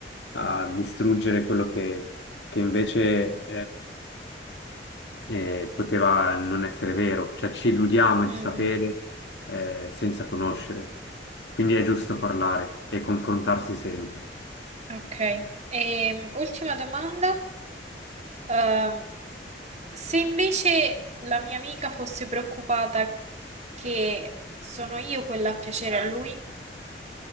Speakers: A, on the left; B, on the right.
A: a distruggere quello che, che invece eh, poteva non essere vero, cioè ci illudiamo
B: Mm,
A: di sapere
B: mm.
A: eh, senza conoscere. Quindi è giusto parlare e confrontarsi sempre.
B: Ok. E, ultima domanda. Ehm, se invece la mia amica fosse preoccupata che sono io quella a piacere a lui,